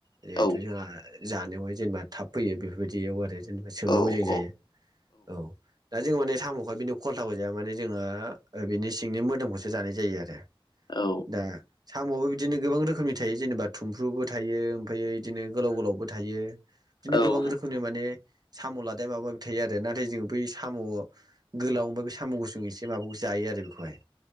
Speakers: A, on the right (about 45°); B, on the left (about 50°).
A: जिहेथु
B: औ
A: जोंहा जानायावहाय जेनेबा थाब फैयो बेफोरबायदियाव आरो जेनेबा सोबनो
B: औ
A: मोजां जायो औ। दा जोंङो माने साम'खहाय बिनि खलथाखौ जाया माने जोङो ओ बिनि सिंनि मोदोमखौसो जानाय जायो आरो।
B: औ
A: दा साम'आबो बिदिनो गोबां रोखोमनि थायो जेनेबा थुमफ्रुबो थायो आमफायो इदिनो गोलाव गोलावबो थायो बिदिनो
B: औ
A: गोबां रोखोमनि माने साम' लादाय माबा माबि थायो आरो नाथाय जोङो बै साम' गोलाव ओफ्राय बे साम' गुसुं एसे माबाखौ जायो आरो बेखौहाय